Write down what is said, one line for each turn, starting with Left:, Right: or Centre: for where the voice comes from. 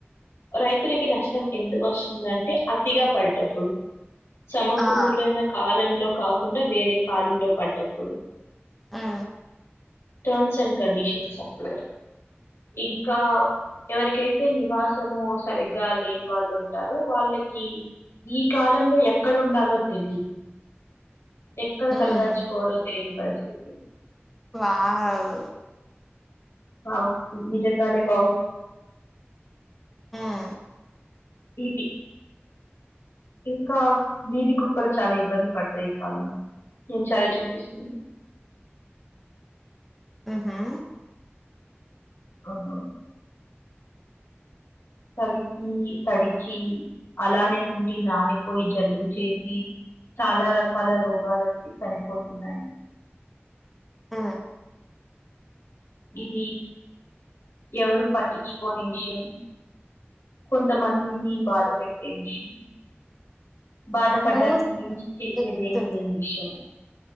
Left: రైతులకి నష్టం ఎందుకొస్తుందంటే, అతిగా పడ్డప్పుడు. సమకూలన
Centre: ఆ
Left: కాలంలో కాకుండా వేరే కాలంలో పడ్డప్పుడు.
Centre: ఆ
Left: టర్మ్స్ అండ్ కడిషన్స్ అప్పుడే ఇంకా ఎవరికైతే నివాస్ సము సరిగ్గా లేని వాళ్ళు ఉంటారో వాళ్ళకి ఈ కాలంలో ఎక్కడుండాలో తెలీదు ఎక్కడ
Centre: మ్మ్.
Left: తలదాచుకోవాలో తెలియని పరిస్థితి.
Centre: వావ్
Left: వావ్ నిజంగానే వావ్
Centre: ఆ
Left: ఇది ఇంకా వీది కుక్కలు చాలా ఇబ్బంది పడతాయి ఈ కాలంలో నేను చాలా చింతిస్తున్నాను.
Centre: ఊహూ
Left: అవునవును చలికి తడిచి అలానే ఉండి నానిపోయి జలుబు చేసి చాలా రకాల రోగాలోచ్చి చనిపోతున్నాయి.
Centre: ఆ
Left: ఇది ఎవరు పట్టిచ్చుకోని విషయం కొంతమందిని బాధ పెట్టే విషయం. బాధపడ్డానికి
Centre: నువ్వు
Left: మించి చేసేది ఏమీ లేని విషయం.